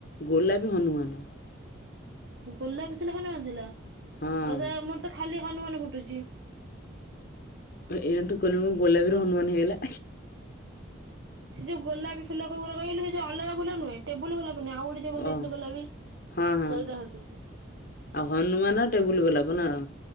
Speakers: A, on the left (about 45°); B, on the right (about 70°).
A: ଗୋଲାପୀ ହନୁମାନ
B: ଗୋଲାପି ସିଲଖ ନଥିଲା ଆଉ
A: ହଁ
B: ତା ମୋର ତ ଖାଲି ହନୁମାନ ଫୁଟୁଚି।
A: ଏଁ ଏନା ତୁ କହିଲୁଣୁ ଗୋଲାପି ରୁ ହନୁମାନ ହେଇଗଲା।
B: ସେ ଯୋଉ ଗୋଲାପି ଫୁଲ କୋଉ ଗୁରା କହିଲୁ ହେଇ ଜୋଉ ଅଲଗା ଫୁଲ ନୁହେଁ ଟେବଲୁ ଗୋଲାପ ମାନେ ଆଉ ଗୋଟେ ଯ‌ଉ ଦେଇଥିଲୁ
A: ଓ
B: ଗଲାପି
A: ହଁ ହଁ
B: ସେଇଟା ହଉଚି।
A: ଆଉ ହନୁମାନ ଟେବୁଲୁ ଗୋଲାପ ନା?